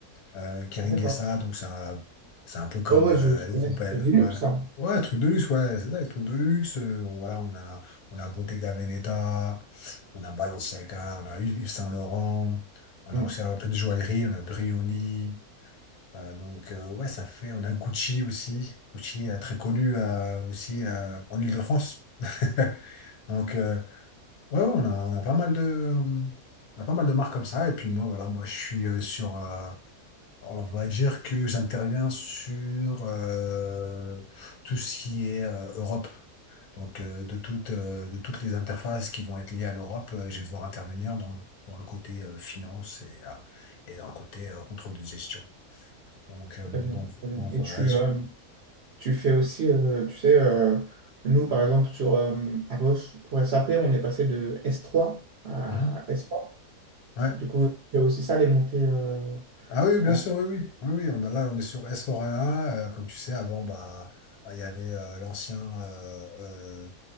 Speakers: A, on the left; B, on the right.
A: Euh, Kering
B: D'accord.
A: SA, donc c'est un, c'est un peu comme
B: Ouais, ouais,
A: euh,
B: je, je connais,
A: le groupe, euh,
B: c'est Linux,
A: ouais.
B: ça.
A: Ouais, truc de luxe, ouais, c'est ça, les trucs de luxe. Euh, voilà, on a, on a Bottega Veneta, on a Balenciaga, on a Yves Yves Saint Laurent, on
B: Mm,
A: a aussi un peu de joaillerie, on a Brioni. Euh, donc, euh, ouais, ça fait, on a Gucci aussi. Gucci, euh, très connu euh, aussi euh, en Île-de-France. <laughs> Donc, euh, ouais, ouais, on a, on a pas mal de, on a pas mal de marques comme ça. Et puis moi, voilà, moi, je suis euh, sur, euh, on va dire que j'interviens sur euh, tout ce qui est euh, Europe. Donc, euh, de toutes, euh, de toutes les interfaces qui vont être liées à l'Europe, euh, je vais devoir intervenir dans, dans le côté euh, finance et, euh, et dans le côté euh, contrôle de gestion. Donc, euh,
B: Très
A: donc,
B: bien, très bien.
A: donc voilà.
B: Et tu, euh,
A: je-
B: Tu fais aussi, euh, tu sais, euh, nous, par exemple, sur, euh, à Bosch, pour SAP, on est passé de S3 à
A: Mhm.
B: S4.
A: Ouais.
B: Du coup, tu fais aussi ça, les montées euh,
A: Ah oui, bien
B: en...
A: sûr, oui, oui. Oui, oui, on- bah là, on est sur S4HANA. euh, comme tu sais, avant, bah, il y avait euh, l'ancien, euh, euh,